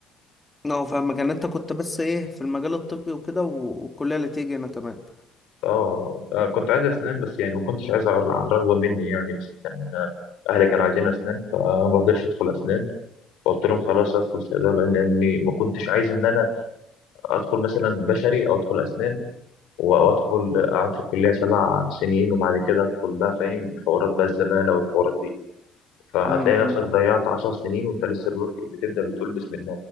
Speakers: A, on the left; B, on the left.
A: اه فاهمك يعني انت كنت بس ايه في المجال الطبي وكده و- والكلية اللي تيجي هنا تمام
B: آه آه، كنت عايز أسنان بس يعني ما كنتش عايز على على الرغبة مني يعني بس كان آه، أهلي كانوا عايزين أسنان فأنا ما رضيتش أدخل أسنان فقلت لهم خلاص أدخل صيدلة لأني ما كنتش عايز إن أنا أدخل مثلا بشري أو أدخل أسنان وأدخل أقعد في الكلية سبع سنين وبعد كده أدخل بقى فاهم حوارات بقى الزمالة والحوارات دي فهتلاقي
A: امم
B: نفسك ضيعت 10 سنين وأنت لسه بتبدأ بتقول بسم